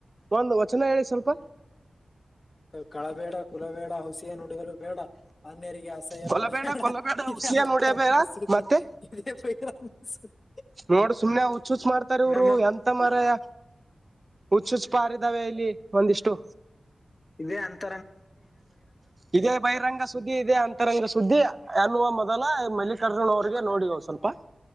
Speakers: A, on the right; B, on the left.
A: ಒಂದು ವಚನ ಹೇಳಿ ಸ್ವಲ್ಪ
B: ಕಳಬೇಡ ಕುಲಬೇಡ ಹುಸಿಯ ನಡಿಯಲು ಬೇಡ ಅನ್ಯರಿಗೆ ಅಸಹ್ಯ
A: ಕೊಲ್ಲಬೇಡ
B: ಪಡ ಬೇಡ
A: ಕೊಲ್ಲಬೇಡ
B: ಇದಂತ
A: ಹುಸಿಯ ನೋಡಬೇಡ
B: ಸುದ್ದಿ
A: ಮತ್ತೆ
B: <inaudible>
A: ನೋಡ್ ಸುಮ್ನೆ ಹುಚ್ಚುಚ್ ಮಾಡ್ತಾರ ಇವರು
B: ನಮ್ಮ
A: ಎಂತ ಮಾರಾಯ ಹುಚ್ಚುಚ್ ಪಾರಿದಾವೆ ಇಲ್ಲಿ ಒಂದಿಷ್ಟು
B: ಇದೆ ಅಂತ
A: ಇದೆ ಬಹಿರಂಗ ಸುದ್ದಿ ಇದೆ ಅಂತರಂಗ ಸುದ್ದಿ ಅನ್ನುವ ಮ ದಲ್ಲ ಮಲ್ಲಿಕಾರ್ಜುನ ಅವ್ರಿಗೆ ನೋಡಿ ಅವ ಸ್ವಲ್ಪ